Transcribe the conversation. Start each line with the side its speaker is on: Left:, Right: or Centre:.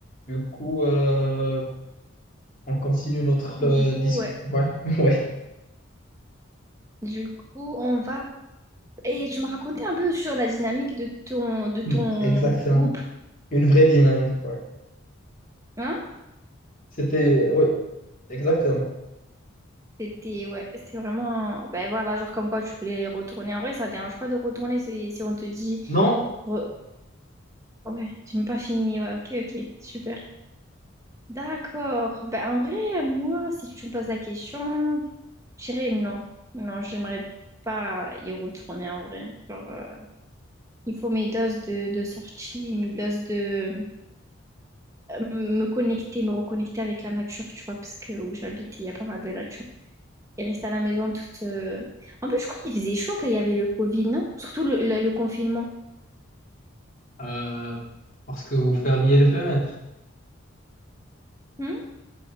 Left: Du coup, euh, on continue notre
Right: Du
Left: euh,
Right: coup,
Left: discussion.
Right: ouais.
Left: Ouais, <laughs> ouais,
Right: Du coup, on va... Et tu me racontais un peu sur la dynamique de ton, de ton
Left: Mm. exactement.
Right: groupe,
Left: Une vraie dynamique, ouais.
Right: hein?
Left: C'était, oui, exactement.
Right: C'était, ouais, c'était vraiment... Ben voilà, genre comme quoi tu voulais retourner. En vrai, ça dérange pas de retourner si, si on te dit...
Left: Non,
Right: re- Ouais, j'ai même pas fini. Ouais, ok, ok, super. D'accord. Ben en vrai, moi, si tu me poses la question, je dirais non. Non, j'aimerais pas y retourner en vrai. Genre, euh, il faut mes doses de, de sortie, mes doses de... me connecter, me reconnecter avec la nature, tu vois, parce que où j'habite, il y a pas mal de nature. Et rester à la maison toute. euh, En plus, je crois qu'il faisait chaud quand il y avait le Covid, non? Surtout le, le- le confinement.
Left: euh, parce que vous fermiez les fenêtres.
Right: Hmm